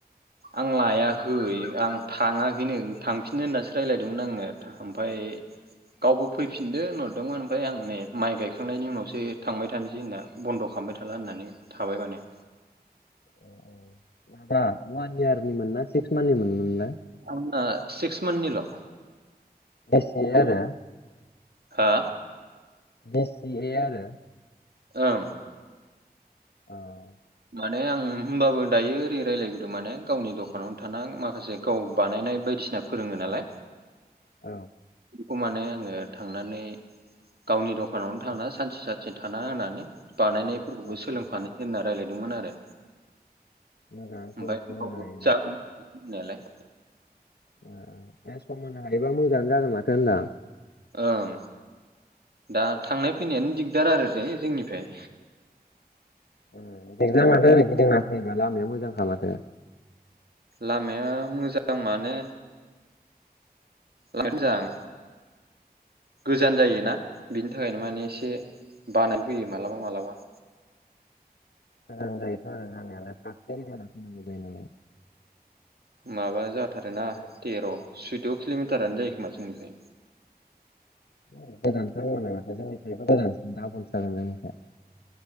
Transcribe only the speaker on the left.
ओ ओ माबा वान इयारनिमोन ना सिक्स मान्थनिमोन मोनलाय?
बेसे आरो?
बेसेयै आरो?
ओं।
औ।
औ
औ
मोजाङानोथ'
सम होनो
हायोबा
ओ ओ ए सम होनो हायोबा मोजाङानो जागोन माथो होनदों आं।
ओ दिगदार माथो ओरै गिदिना फैबा, लामाया मोजांखा माथो।
गोजान जायो खोमा जानायालाय फाखोसे गिदिंना फैनाय जायो नालाय।
<inaudible> ओं गोजानथार जायोलाय माथो जोंनिफ्रायबो गोजानसिन, दाबल जागोन जोंनिफ्राय।